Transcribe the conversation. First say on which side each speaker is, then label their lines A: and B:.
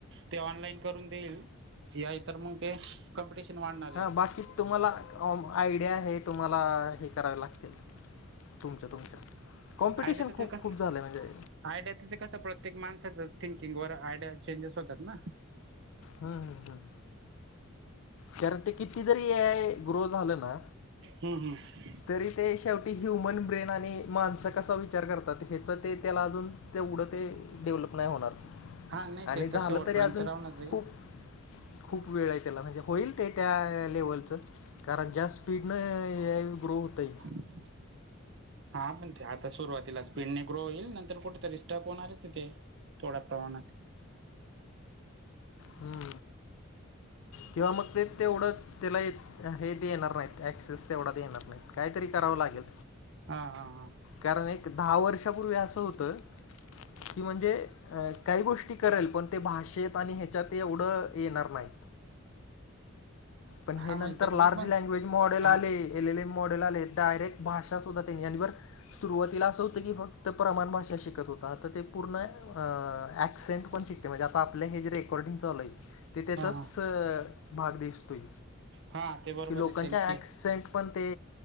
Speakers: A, on the right; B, on the left.
A: ते ऑनलाईन करून देईल. जि आय तर मग ते कॉम्पिटिशन वाढणारय.
B: हा बाकी तुम्हाला आम -आयडिया हे तुम्हाला हे करावे लागतील. तुमच्या तुमच्या. कॉम्पिटिशन
A: आयडिया तर
B: खूप
A: ते कसं
B: -खूप झालंय म्हणजे
A: आयडिया तिथ कसं प्रत्येक माणसाचं थिंकिंग वर आयडिया चेंजेस होतात ना?
B: हं हं हं. कारण ते किती जरी हे ग्रो झालं ना?
A: हम्म हम्म.
B: तरी ते शेवटी ह्युमन ब्रेन आणि माणसं कसा विचार करतात ह्याच ते त्याला अजून तेवढं ते डेव्हलप नाही होणार
A: हा नाही
B: आणि
A: ते
B: झालं
A: तर शेवटपर्यंत
B: तरी अजून
A: राहूनच आहे.
B: खूप खूप वेळ आहे त्याला म्हणजे होईल ते त्या लेवलचं. कारण ज्या स्पीडन ए आय ग्रो होतोय
A: <inaudible> हा पण ते आता सुरुवातीला स्पीडने ग्रो होईल नंतर कुठेतरी स्टॉक होणारच आहे ते. थोडा प्रमाणात.
B: हम्म किंवा मग ते तेवढं त्याला येत हे देणार नाहीत ऍक्सेस तेवढा देणार नाहीत काहीतरी करावं लागेल.
A: हा हा हा.
B: कारण एक दहा वर्षापूर्वी असं होतं कि म्हणजे अ काही गोष्टी करेल पण ते भाषेत आणि हे च्यात एवढं येणार नाहीत. पण हे
A: हा म्हणजे
B: नंतर
A: ते मीच
B: लार्ज
A: पण
B: लँग्वेज मॉडेल
A: हा
B: आले एल एल ए मॉडेल आले डायरेक्ट भाषा सुद्धा त्यांनी आणि वर सुरुवातीला असं होतं की फक्त प्रमाण भाषा शिकत होता आता ते पूर्ण अ ऍक्सेंट पण शिकते म्हणजे आता आपले हे जे रेकॉर्डिंग चालू आहेत ते त्याचाच
A: हा हा
B: भाग दिसतोय.
A: हा ते बरोबर
B: की लोकांच्या
A: आहे त्यांचे
B: ॲक्सेंट -- पण ते